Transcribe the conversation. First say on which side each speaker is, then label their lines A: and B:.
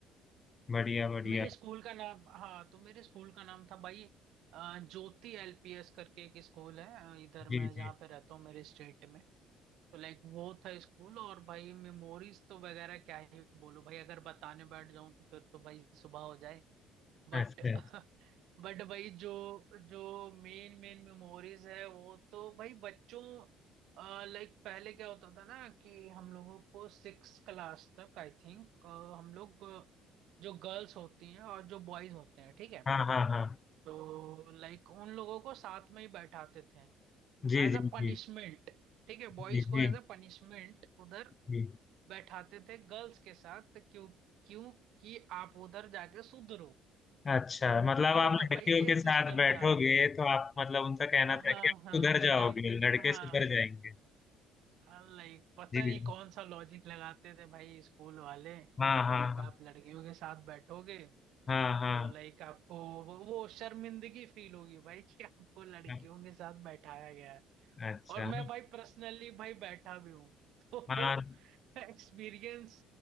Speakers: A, on the left; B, on the right.
A: बढ़िया बढ़िया
B: मेरे स्कूल का नाम हाँ तो मेरे स्कूल का नाम था भाई अ, ज्योति एलपीएस करके एक स्कूल है अ, इधर
A: जी
B: मैं
A: जी
B: जहाँ पे रहता हूँ मेरे स्टेट में तो लाइक वो था स्कूल और भाई मेमोरीज तो वगैरह क्या ही बोलूं भाई अगर बताने बैठ जाऊं तो फिर तो भाई सुबह हो जाए बट
A: अच्छा
B: बट <laughs> भाई जो जो मेन मेन मेमोरीज है वो तो भाई बच्चों लाइक पहले क्या होता था ना कि हम लोगों को सिक्स क्लास तक आई थिंक हम लोग अ, जो गर्ल्स होती हैं और जो बॉयज होते हैं ठीक है
A: हाँ हाँ हाँ
B: तो लाइक उन लोगों को साथ में ही बैठाते थे
A: जी
B: एज
A: जी
B: अ पनिशमेंट
A: जी
B: ठीक है बॉयज
A: जी
B: को
A: जी
B: एज अ पनिशमेंट उधर
A: जी
B: बैठाते थे गर्ल्स के साथ तो क्यों क्यों कि आप उधर जाके सुधरो
A: अच्छा मतलब
B: ये
A: आप
B: था
A: लड़कियों
B: भाई ये
A: के
B: सिस्टम
A: साथ बैठोगे
B: था
A: तो आप मतलब उनका कहना
B: हाँ
A: था कि आप
B: हाँ
A: सुधर
B: लाइक
A: जाओगे लड़के
B: हाँ
A: सुधर जाएंगे
B: लाइक पता
A: जी जी
B: नहीं कौन सा लॉजिक लगाते थे भाई स्कूल वाले कि
A: हाँ हाँ
B: लाइक आप लड़कियों के साथ बैठोगे
A: हाँ हाँ
B: तो लाइक आपको वो, वो शर्मिंदगी फील होगी भाई कि आपको लड़कियों
A: हाँ
B: के साथ बैठाया
A: हाँ। अच्छा
B: और मैं भाई पर्सनली भाई बैठा भी हूँ <laughs> तो
A: हाँ
B: एक्सपीरियंस